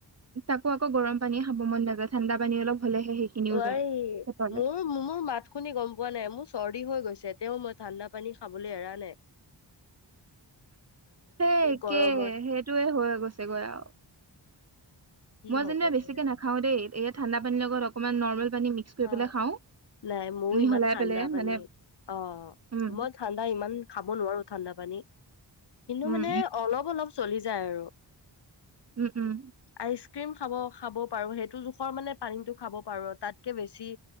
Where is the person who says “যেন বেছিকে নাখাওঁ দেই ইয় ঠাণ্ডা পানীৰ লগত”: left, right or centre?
Right